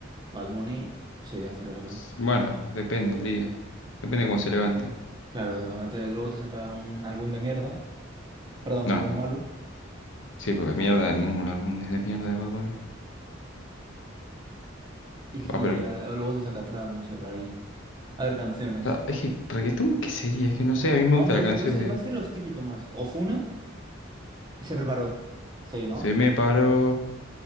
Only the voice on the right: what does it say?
Bad Bunny sí hace reggaetón.
Claro, te- luego te saca un álbum de mierda, perdón,
un álbum malo.
Y
ah, luego te saca trap, no sé, rarillo. A ver, canciones.
Vamos
a decir,
vamos a
vamos a hacer los típicos más. Ofuna, que se preparó. Sí, ¿no?